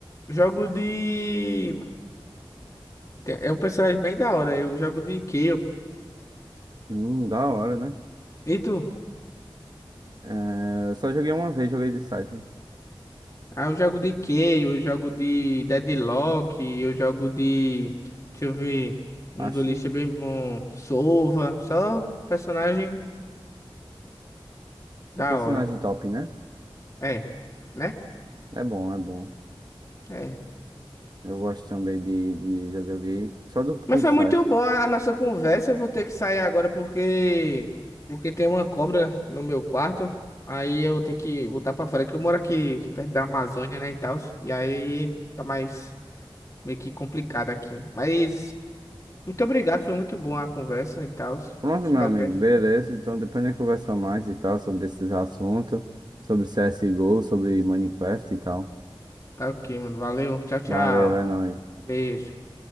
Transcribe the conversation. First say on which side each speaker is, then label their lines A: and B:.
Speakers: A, on the left (about 35°); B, on the right (about 45°).
A: jogo de. É um personagem bem da hora. Eu jogo de Kayle.
B: Hum, da hora, né?
A: E tu?
B: É, eu só joguei uma vez, joguei de Cypher.
A: Ah, eu jogo de Kayle, eu jogo de Deadlock, eu jogo de. Deixa eu ver. Um
B: Astra.
A: duelista bem bom. Sova. Só personagem
B: Só
A: da
B: personagem
A: hora.
B: top, né?
A: É, né?
B: É bom, é bom.
A: É.
B: Eu gosto também de, de já joguei só do, com
A: Mas foi
B: Cypher.
A: muito bom a a nossa conversa. Eu vou ter que sair agora porque porque tem uma cobra no meu quarto. Aí eu tenho que voltar pra fora que eu moro aqui perto da Amazônia, né, e tal. E aí tá mais meio que complicado aqui. Mas muito obrigado, foi muito bom a conversa e tal.
B: Pronto,
A: Espero
B: meu amigo,
A: que a gente
B: beleza. Então depois a gente conversa mais e tal sobre esses assuntos, sobre CSGO, sobre Minecraft e tal.
A: tá ok, mano. Valeu. Tchau, tchau.
B: Valeu, é nóis.
A: Beijo.